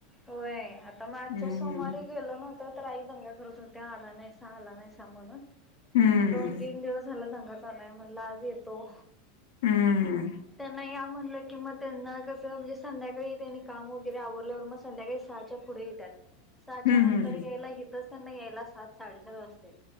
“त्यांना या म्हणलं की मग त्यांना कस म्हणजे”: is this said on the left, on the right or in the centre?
Centre